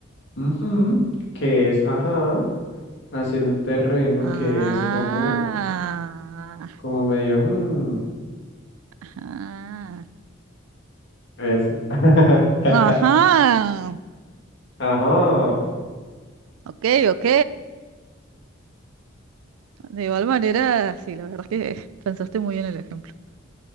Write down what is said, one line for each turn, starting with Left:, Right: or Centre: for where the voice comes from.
Left: ujú, que es, ajá, a ser un terreno
Right: Ah,
Left: que es como Como medio, hmm,
Right: ajá.
Left: eso. <laughs>
Right: Ajá.
Left: Ajá.
Right: Ok, ok. De igual manera, sí, la verdad es que pensaste muy bien el ejemplo.